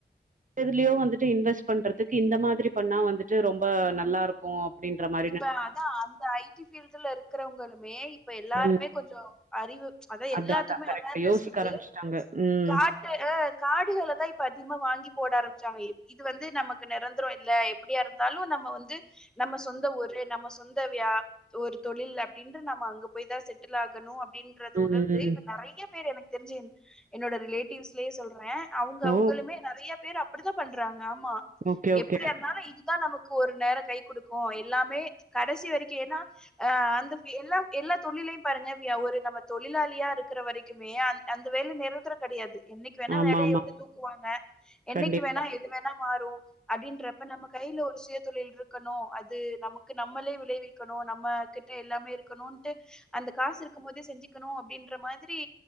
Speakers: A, on the right; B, in the centre.
A: எதுலயோ வந்துட்டு இன்வெஸ்ட் பண்றதுக்கு இந்த மாத்ரி பண்ணா வந்துட்டு ரொம்ப நல்லாருக் கு அப்டின்ற மா
B: இப்ப அதா அந்த ஐ டி ஃபீல்டுல இருக்கறவங்களுமே இப்ப எல்லாருமே
A: ம்.
B: கொஞ்சோ அறிவு அத
A: அதா
B: எல்லாத்துக்குமே
A: அதா கரெக்ட்
B: அவர்னஸ்
A: யோசிக்க
B: வந்து
A: ஆரம்பிச்சுட்டாங்க. ம்
B: கா அ காடுகள தா இப்ப அதிகமா வாங்கி போட ஆரம்பிச்சாங்க இது வந்து நமக்கு நெரந்தரோ இல்ல எப்டியா இருந்தாலு நம்ம வந்து நம்ம சொந்தஊரு நம்ம சொந்த வியா ஒரு தொழில் அப்டின்ட்டு நம்ம அங்க போய் தா செட்டில் ஆகணு அப்டின்றது
A: ம்
B: உணர்ந்து
A: ம்.
B: இப்ப நெறைய பேர் எனக்கு தெரிஞ்சி என்னோட ரிலேட்டிவ்ஸ்லயே சொல்றே அவுங்க அவுங்களுமே
A: ஓ!
B: நெறைய பேர் அப்டித்தா பண்றாங்க ஆமா
A: ஓகே, ஓகே.
B: எப்டி இருந்தாலு இது தா நமக் கு ஒரு நேரோ கை குடுக்கு எல்லாமே கடைசி வரைக்கி ஏனா ஆ அந்த எல்லா எல்லா தொழிலையு பாருங்க வியா ஒரு நம்ம தொழிலாளியா இருக்கிற வரைக்குமே அந்த வேல நெரந்தரோ கெடையாது என்னைக் கு வேணா
A: ஆமாமா.
B: வேலய உட்டு தூக்குவாங்க என்னைக்கு
A: கண்டிப்பா.
B: வேணா எது வேணா மாறு அப்டின்றப்ப நம்ம கைல ஒரு சுயதொழில் இருக்கணு அது நமக்கு நம்மளே விளைவிக்கணு நம்ம கிட்ட எல்லாமே இருக்கணுன்ட்டு அந்த காசு இருக்கும்போதே செஞ்சிக்கணு அப்டின்ற மாத்ரி